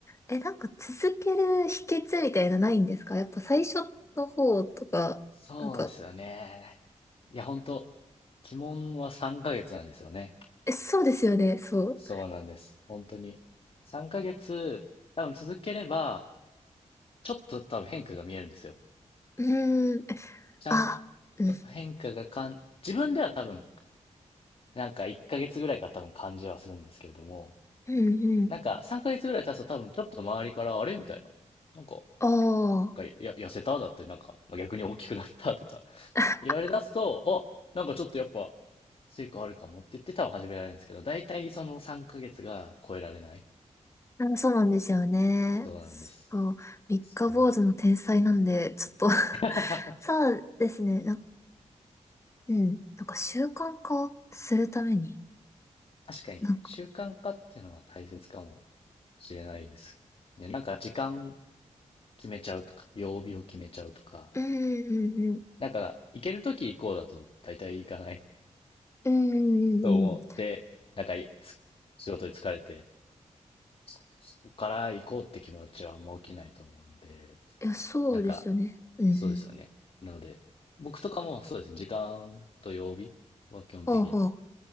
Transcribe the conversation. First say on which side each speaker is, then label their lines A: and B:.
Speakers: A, on the left; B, on the left.
A: え、なんか続ける秘訣みたいなないんですかやっぱ最初の方とか、
B: そうですよね。
A: なんか、
B: いや、本当鬼門は3ヶ月なんですよね。
A: え、そうですよね、そう。
B: そうなんです。本当に。3ヶ月、多分続ければ、ちょっと多分変化が見えるんですよ。
A: うーん。
B: ちゃんと
A: あ、うん、
B: と変化がかん、自分では多分、なんか1ヶ月ぐらいから多分感じはするんですけれども、
A: うん、うん。
B: なんか、3ヶ月ぐらい経つと多分ちょっと周りから、あれみたいな。なんか、
A: おー。
B: がや、痩せただったり、なんか、まあ逆に大きくなったとか <laughs>
A: <laughs>
B: 言われ出すと、あ、なんかちょっとやっぱ、成果あるかもって言って多分始められるんですけど、大体その3ヶ月が超えられない。
A: あ、そうなんですよね。
B: そうなんです。
A: そう。三日坊主の天才なんで、
B: そこが。
A: ちょっと <laughs>
B: <laughs> 確
A: そうですね。な、うん。なんか習慣化するために、
B: かに、
A: なんか、
B: 習慣化っていうのは大切かもしれないです。ね、なんか時間決めちゃうとか、曜日を決めちゃうとか、
A: うんうんうん。
B: なんか、行けるとき行こうだと大体行かない
A: うんうんうん。
B: と思って、
A: い
B: なんかつ仕事に疲れて、ここから行こうって気持ちはあんま起きないと思うので、
A: や、そうですよね。
B: なんか、
A: うんうん。
B: そうですよね。なので、僕とかもそうですね、時間と曜日は基本的には
A: ほうほう。